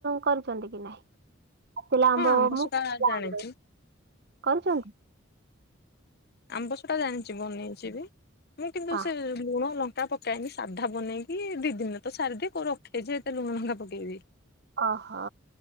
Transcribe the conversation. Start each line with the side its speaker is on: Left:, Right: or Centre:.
Right: କରିଛନ୍ତି କି ନାହିଁ? ପାଚିଲା
Left: ହଁ
Right: ଆମ୍ଭ
Left: ଆମ୍ବସରା
Right: ମୁଁ କଞ୍ଚା
Left: ଜାଣିଛି।
Right: ଆମ୍ବ କରଛନ୍ତି?
Left: ଆମ୍ବସରା ଜାଣିଛି ବନେଇଛି ବି ମୁଁ କିନ୍ତୁ
Right: ଆ
Left: ସେ ଲୁଣ ଲଙ୍କା ପକେଏନି ସାଧା ବନେଇକି ଦି ଦିନରେ ତ ସାରିଦିଏ କୋଉ ରଖେଯେ ଏତେ ଲୁଣ ଲଙ୍କା ପକେଇବି।
Right: ଓହୋ